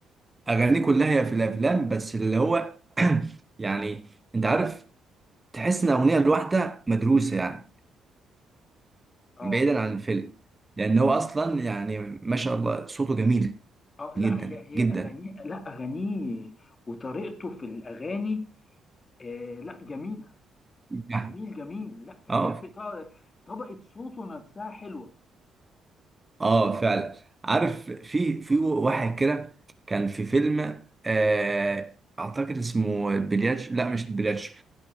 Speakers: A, on the right; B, on the left.
A: اغانيه كلها هي في الافلام بس اللي هو <clears throat> يعني انت عارف تحس ان الاغنيه الواحده مدروسه يعني
B: اه
A: بعيدا عن الفيلم لان هو اصلا يعني ما شاء الله صوته جميل
B: اه لا
A: جدا
B: هي هي
A: جدا
B: اغانيه لا اغانيه وطريقته في الاغاني آه، لا جميله
A: يعني
B: جميل جميل لا تحب
A: اه
B: ط- طبقه صوته نفسها حلوه
A: اه فعلا عارف في في واحد كده كان في فيلم آه اعتقد اسمه بلياتش لا مش بلياتش